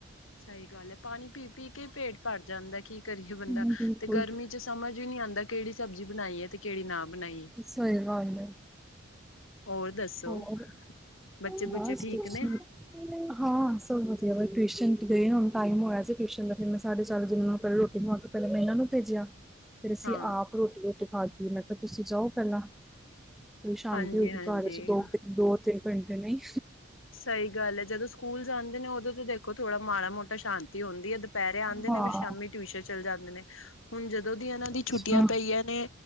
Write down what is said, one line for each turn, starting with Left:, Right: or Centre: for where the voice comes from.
Left: ਸਹੀ ਗੱਲ ਏ। ਪਾਨੀ ਪੀ-ਪੀ ਕੇ ਈ ਪੇਟ ਭਰ ਜਾਂਦਾ ਕੀ ਕਰੇ ਬੰਦਾ,
Centre: ਹੂੰ, ਬਿਲਕੁਲ।
Left: ਤੇ ਗਰਮੀ ਚ ਸਮਝ ਈ ਨਈ ਆਂਦਾ ਕੇੜੀ ਸਬਜੀ ਬਨਾਈਏ ਤੇ ਕੇੜੀ ਨਾ ਬਨਾਈਏ।
Centre: ਸਹੀ ਗੱਲ ਏ।
Left: ਹੋਰ ਦੱਸੋ
Centre: ਹੋਰ,
Left: ਬੱਚੇ ਬੁੱਚੇ
Centre: ਬਸ
Left: ਠੀਕ
Centre: ਕੁਛ
Left: ਨੇ?
Centre: ਨੀ। ਹਾਂ ਸਭ ਵਧੀਆ ਬ ਟਿਊਸ਼ਨ ਚ ਗਏ ਹੁਣ ਟਾਈਮ ਹੋਏਆ ਸੀ, ਟਿਊਸ਼ਨ ਦਾ ਫਿਰ ਮੈਂ ਸਾਰੇ ਚੱਲ ਜਨ ਪੈਲੇ ਰੋਟੀ ਆ ਕੇ ਪੈਲਾਂ ਮੈਂ ਏਨਾ ਨੂੰ ਭੇਜੇਆ ਫੇਰ ਅਸੀ
Left: ਹਾਂ
Centre: ਆਪ ਰੋਟੀ ਰੂਟੀ ਖਾਦੀ। ਮੈਂ ਕੇਆ ਤੁਸੀ ਜਾਓ ਪੈਲਾਂ, ਥੋੜੀ ਸ਼ਾਂਤੀ
Left: ਹਾਂਜੀ
Centre: ਹੋਏਗੀ
Left: ਹਾਂਜੀ
Centre: ਘਰ ਵਿੱਚ ਦੋ ਦੋ, ਤਿੰਨ ਘੰਟੇ, ਨਈ।
Left: ਸਹੀ ਗੱਲ ਏ। ਜਦੋਂ ਸਕੂਲ ਜਾਂਦੇ ਨੇ ੳਦੋਂ ਤੇ ਦੇਖੋ ਥੋੜਾ ਮਾੜਾ ਮੋਟਾ ਸ਼ਾਂਤੀ ਹੁੰਦੀ ਏ ਦੁਪੇਹਰੇ ਆਂਦੇ ਨੇ
Centre: ਹਾਂ,
Left: ਫੇਰ ਸ਼ਾਮੀ ਟਿਊਸ਼ਨ ਚੱਲ ਜਾਂਦੇ ਨੇ, ਹੁਣ ਜਦੋਂ ਦੀ ਏਨਾ ਦੀ
Centre: ਅੱਛਾ।
Left: ਛੁੱਟੀਆਂ ਪਈਆਂ ਨੇ